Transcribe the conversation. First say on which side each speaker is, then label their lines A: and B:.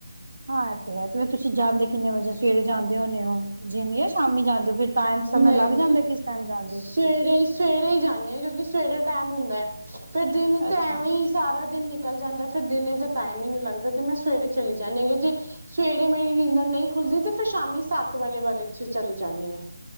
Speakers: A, on the right; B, on the right.
A: ਹਾਂ, ਇਹ ਤੇ ਹੈ, ਤੇ ਫੇਰ ਤੁਸੀਂ ਜਾਂਦੇ ਕਿੰਨੇ ਵਜੇ, ਸਵੇਰੇ ਜਾਂਦੇ ਹੋਣੇ ਹੋ? ਜਿਮ ਯਾ ਸ਼ਾਮੀ ਜਾਂਦੇ ਹੋ? ਫਿਰ, ਟਾਈਮ ਸਮਝ
B: ਨਹੀਂ
A: ਲੱਗ
B: ਨਹੀਂ
A: ਜਾਂਦੈ, ਕਿਸ ਟੈਮ ਜਾਂਦੇ
B: ਸਵੇਰੇ
A: ਹੋ ਤੁਸੀਂ?
B: ਸਵੇਰੇ ਹੀ ਜਾਂਦੀ ਹਾਂ ਕਿਉਂਕਿ ਸਵੇਰੇ ਟੈਮ ਹੁੰਦਾ ਹੈ। ਫਿਰ ਦਿਨ ਤਾਂ,
A: ਅੱਛਾ
B: ਐਵੇਂ ਹੀ ਸਾਰਾ ਦਿਨ ਨਿਕਲ ਨਿਕਲ ਜਾਂਦਾ ਫਿਰ, ਦਿਨੇ ਤਾ ਟਾਈਮ ਹੀ ਨੀ ਲੱਗਦਾ ਤੇ, ਮੈਂ ਸਵੇਰੇ ਚਲੀ ਜਾਨੀ ਆ, ਕਿਓਂਕੀ ਸਵੇਰੇ ਮੇਰੀ ਨੀਂਦਰ ਨਹੀਂ ਖੁੱਲਦੀ ਤੇ ਫ ਸ਼ਾਮੀ ਸੱਤ ਵਾਲੇ, ਵਾਲੇ। ਅ ਚੱਲ ਜਾਂਨੀ ਆ।